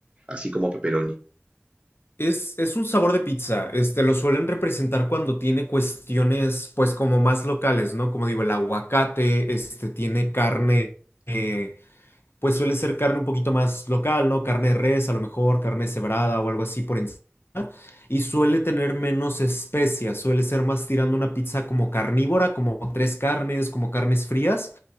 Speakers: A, on the right (about 25°); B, on the left (about 60°).
A: así como pepperoni?
B: Es, es un sabor de pizza, este, lo suelen representar cuando tiene cuestiones, pues, como más locales, ¿no? Como digo, el aguacate, este, tiene carne, eh, pues suele ser carne un poquito más local, ¿no? Carne de res, a lo mejor, carne cebrada o algo así por encima. y suele tener menos especias, suele ser más tirando una pizza como carnívora, como tres carnes, como carnes frías,